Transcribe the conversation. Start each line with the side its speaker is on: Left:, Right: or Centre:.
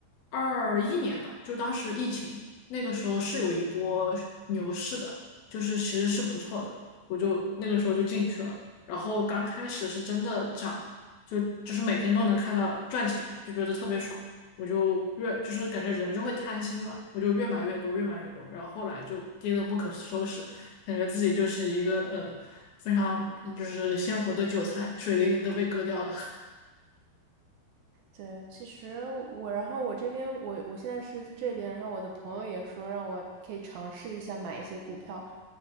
Left: 二一年吧，就当时疫情那个时候是有一波牛市的，就是其实是不错的，我就那个时候就进去了。然后刚开始是真的涨。就就是每天都能看到赚钱嘛，就觉得特别爽。我就越就是感觉人就会贪心嘛，我就越买越多，越买越多，然后后来就跌得不可收拾，感觉自己就是一个呃非常就是鲜活的韭菜，水灵灵的被割掉了。<laughs>
Right: 对，其实我，然后我这边，我我现在是这边，然后我的朋友也说让我可以尝试一下买一些股票，